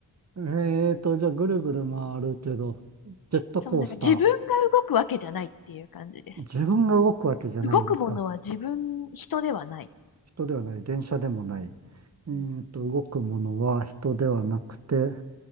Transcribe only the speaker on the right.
ええーと、じゃあぐるぐる回るけど、ジェットコースター。
自分が動くわけじゃないんですか。
人ではない、電車でもない。えーと、
動くものは人ではなくて、